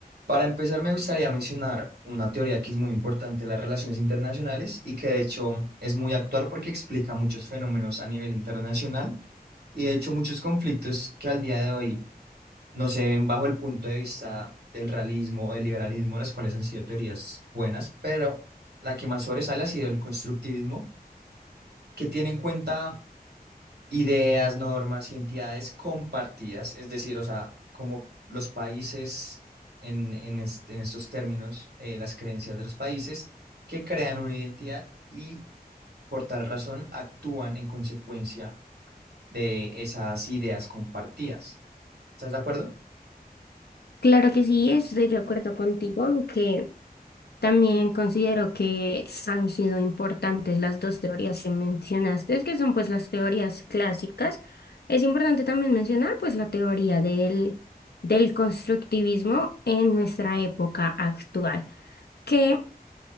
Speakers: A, on the right; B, on the left.
A: Para empezar, me gustaría mencionar una teoría que es muy importante de las relaciones internacionales y que de hecho es muy actual porque explica muchos fenómenos a nivel internacional y de hecho muchos conflictos que al día de hoy no se ven bajo el punto de vista del realismo o del liberalismo, las cuales han sido teorías buenas, pero la que más sobresale ha sido el constructivismo, que tiene en cuenta ideas, normas y entidades compartidas, es decir, o sea, como los países en, en, est- en estos términos, eh, las creencias de los países que crean una identidad y por tal razón actúan en consecuencia de esas ideas compartidas. ¿Estás de acuerdo?
B: Claro que sí, estoy de acuerdo contigo, aunque también considero que han sido importantes las dos teorías que mencionaste, que son pues las teorías clásicas. Es importante también mencionar pues la teoría del, del constructivismo en nuestra época actual, que